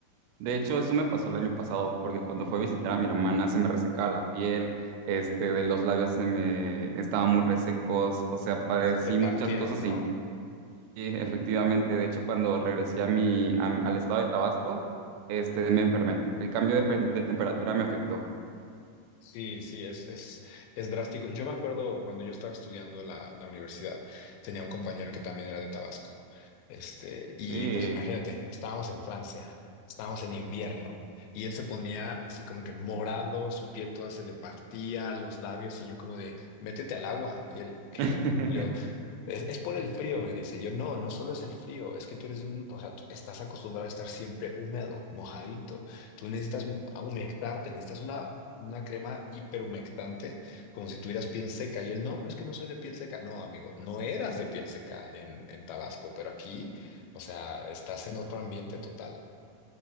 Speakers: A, on the right; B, on the left.
A: De hecho, eso me pasó el año pasado porque cuando fue a visitar a mi hermana se me resecaba la piel, este, de los labios se me estaban muy resecos, o sea, padecí
B: Se te partieron,
A: muchas cosas Y
B: ¿no?
A: efectivamente, de hecho, cuando regresé a mi, a- al estado de Tabasco, este, me enfermé. El cambio de, pe- de temperatura me afectó.
B: Sí, sí, es, es, es drástico. Yo me acuerdo cuando yo estaba estudiando en la, la universidad, tenía un compañero que también era de Tabasco. Este, y
A: Sí.
B: pues imagínate, estábamos en Francia, estábamos en invierno, y él se ponía así como que morado, su piel toda se le partía, los labios, y yo como de, métete al agua. Y él, ¿qué?
A: <laughs>
B: Yo, es, es por el frío, me dice. Yo, no, no solo es el frío, es que tú eres de un, o sea, tú estás acostumbrado a estar siempre húmedo, mojadito. Tú necesitas humectarte, necesitas una, una crema hiperhumectante, como si tuvieras piel seca. Y él, no, pero es que no soy de piel seca. No, amigo, no eras de piel seca en, en Tabasco, pero aquí, o sea, estás en otro ambiente total.